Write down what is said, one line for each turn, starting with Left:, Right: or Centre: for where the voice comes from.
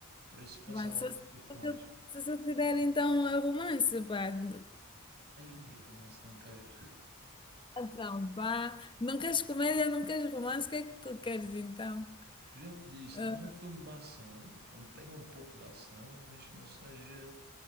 Right: Por isso, pensa
Left: Bem,
Right: lá
Left: se,
Right: um
Left: se,
Right: pouco mais.
Left: eu se eu te der então a romance, pá. <laughs>
Right: Ei, romance não quero.
Left: Então, pá. Não queres comédia, não queres romance, o que é que tu queres então?
Right: Já te disse,
Left: Ah,
Right: dá-me um filme de ação, onde tenha um pouco de ação, mas que não seja,